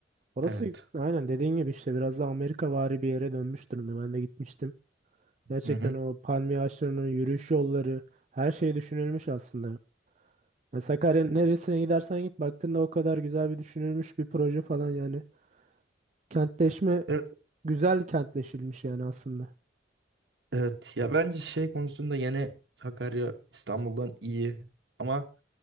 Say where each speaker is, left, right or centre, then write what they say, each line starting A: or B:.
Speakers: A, on the right; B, on the right.
A: Orası
B: Evet.
A: aynen dediğin gibi işte biraz da Amerika Amerikavari bir yere dönmüş durumda. Ben de gitmiştim. Gerçekten
B: Hı hı.
A: o palmiye ağaçlarının yürüyüş yolları her şey düşünülmüş aslında. Ya Sakarya'nın neresine gidersen git baktığında o kadar güzel bir düşünülmüş bir proje falan yani. Kentleşme
B: Evet.
A: güzel kentleşilmiş yani aslında.
B: Evet ya bence şey konusunda yine Sakarya İstanbul'dan iyi ama